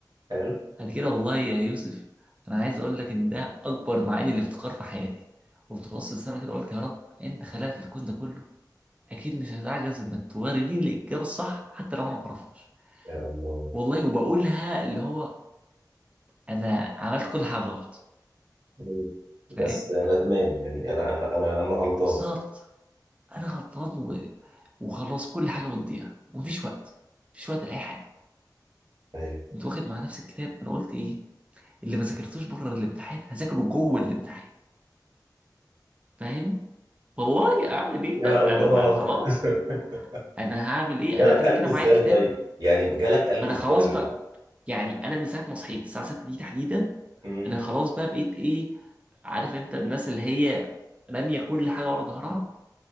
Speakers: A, on the right (about 70°); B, on the right (about 15°).
A: حلو
B: بعد كده والله يا يوسف أنا عايز أقول لك إن ده أكبر معاني الافتقار في حياتي قمت بص للسما كده قلت يا رب أنت خلقت الكون ده كله أكيد مش هتعجز إنك تورديني الإجابة الصح حتى لو أنا ما أعرفهاش
A: يا الله
B: والله وبقولها اللي هو انا عملت كل حاجه غلط
A: مم.
B: فاهم
A: بس ندمان يعني أنا أنا أنا غلطان
B: بالظبط انا غلطان و... وخلاص كل حاجه بتضيع ومفيش وقت مفيش وقت لاي حاجه
A: أيوه
B: كنت واخد مع نفس الكتاب انا قلت ايه اللي ما ذاكرتوش بره الامتحان هذاكره جوه الامتحان فاهم والله اعمل ايه
A: يا
B: طيب انا
A: الله
B: ما خلاص
A: <laughs>
B: انا هعمل ايه
A: جالك
B: انا كده
A: قلب
B: كده
A: ازاي
B: معايا الكتاب
A: طيب؟ يعني جالك قلب
B: ما
A: ازاي؟
B: انا خلاص بقى يعني انا من ساعه ما صحيت الساعه 6 دي تحديدا
A: امم
B: انا خلاص بقى بقيت ايه عارف انت الناس اللي هي راميه كل حاجه ورا ظهرها